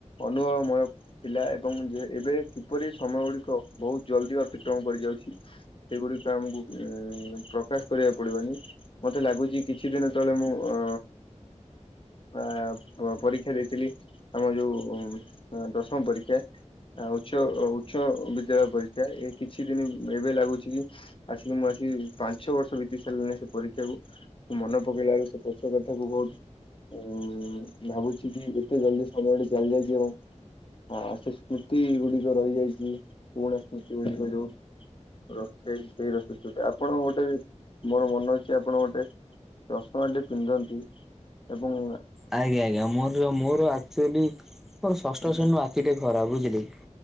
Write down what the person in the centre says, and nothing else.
ଆଜ୍ଞା ଆଜ୍ଞା ମୋର ମୋର ଆକ୍ଚୁଆଲି ମୋର ଷଷ୍ଠ
ଶ୍ରେଣୀ ଆଖିଟେ ଖରାପ ବୁଝିଲେ କି।